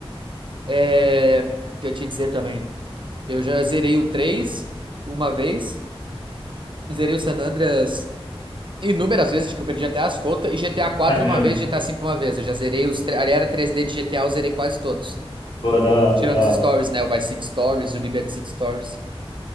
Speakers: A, on the right (about 55°); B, on the left (about 60°).
A: É... o que eu ia te dizer também. Eu já zerei o 3 uma vez. Zerei o San Andreas Inúmeras vezes que eu perdi até as contas, e GTA 4
B: É mesmo?
A: uma vez, GTA 5 uma vez. Eu já zerei os. tre- Ali era 3D de GTA, eu zerei quase todos.
B: Pô, da hora,
A: Tirando
B: da hora.
A: os stories, né? O Vice City Stories, o Liberty City Stories.